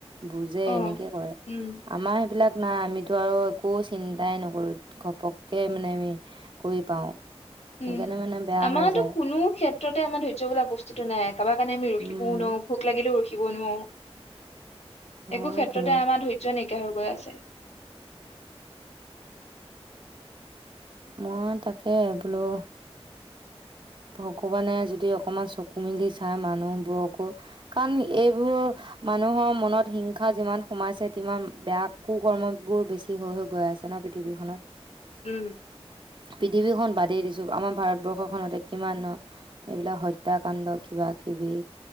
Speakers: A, on the right; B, on the left.
A: বুজে
B: অ
A: এনেকে কৰে
B: উম
A: আমাৰ সেইবিলাক না আমিতো আৰু একো চিন্তাই নকৰো ঘপককে মানে আমি কৰি পাও সেইকাৰণে
B: উম
A: মানে বেয়া
B: আমাৰতো
A: হৈ যায়
B: কোনো ক্ষেত্ৰতে আমাৰ ধৈ্য্য বোলা বস্তুতটো নাই কাৰবাৰ কাৰণে আমি ৰখিবও
A: উম
B: নো ভোক লাগিলো শিকিব নোৱাৰোঁ
A: হয়
B: একো ক্ষেত্ৰতে
A: দিয়া
B: আমাৰ ধৈৰ্য নেকি হৈ গৈ আছে
A: মই তাকে বোলোঁ ভগৱানে যদি অকমান চকু মেলি চাই মানুহবোৰকো কাৰণ এইবোৰ মানুহৰ মনত হিংসা যিমান সোমাইছে সিমান বেয়া কু কৰ্মবোৰ বেছি হৈ হৈ গৈ আছে ন পৃথিৱীখনত
B: উম
A: পৃথিৱীখন বাদেই দিছো আমাৰ ভাৰতবৰ্ষখনত কিমান এইবিলাক হত্যাকাণ্ড কিবা কিবি